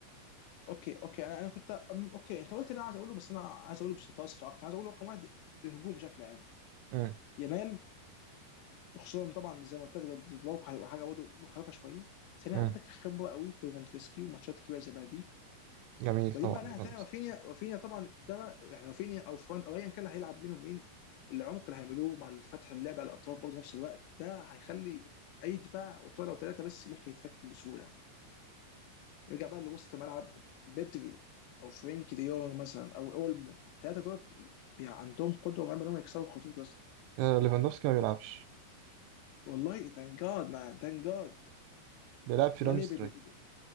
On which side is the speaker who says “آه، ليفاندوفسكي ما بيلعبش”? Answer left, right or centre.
Right